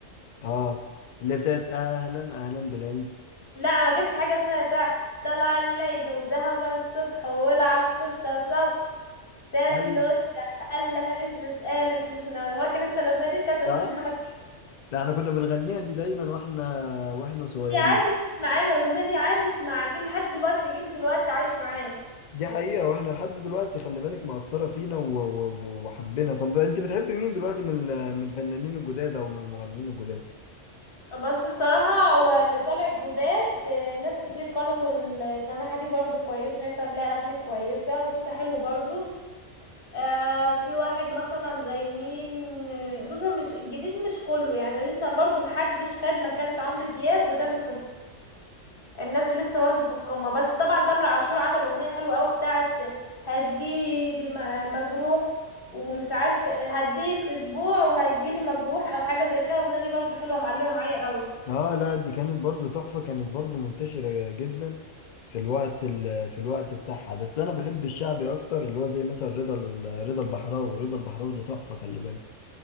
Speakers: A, on the left; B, on the left.
A: اه اللي بتاعت اهلا اهلا بالعيد
B: لا ما كانتش حاجة اسمها تع طلع الليل وذهب الصبح والعصفور صوصو شاف
A: قال
B: القطة قال لها بس قالت له أنا فاكر انت الأغنية دي كانت أغنية
A: اه
B: محمد فوزي
A: ده احنا كنا بنغنيها دي دايما واحنا واحنا صغيرين
B: دي عاشت معانا الأغنية دي عاشت مع جيل لحد دلوقتي جيل دلوقتي عايش معاه
A: دي حقيقة واحنا لحد دلوقتي خلي بالك مأثرة فينا و... و... و- وحبينا طب انت بتحب مين دلوقتي من ال- من الفنانين الجداد او من المغنيين الجداد
B: بس بصراحة هو اللي طالع جداد آه، ناس كتير قرموا السماحة دي برضو كويسة شايفة إن لها أغاني كويسة وصوتها حلو برضو آه في واحد مثلا زي مين آه، بص مش الجديد مش كله يعني لسه برضو محدش خد مكانة عمرو دياب وتامر حسني الناس دي لسه برضو في القمة بس طبعا تامر عاشور عمل اغنية حلوة قوي بتاعت هتجيلي م- مجروح ومش عارف هديك اسبوع وهتجيلي مجروح او حاجة زي كده الاغنية دي برضو حلوة معلمة معايا قوي
A: اه لا دي كانت برضو تحفة كانت برضو منتشرة جدا في الوقت ال... في الوقت بتاعها بس انا بحب الشعبي اكتر اللي هو زي مثلا رضا ال- رضا البحراوي رضا البحراوي ده تحفة خلي بالك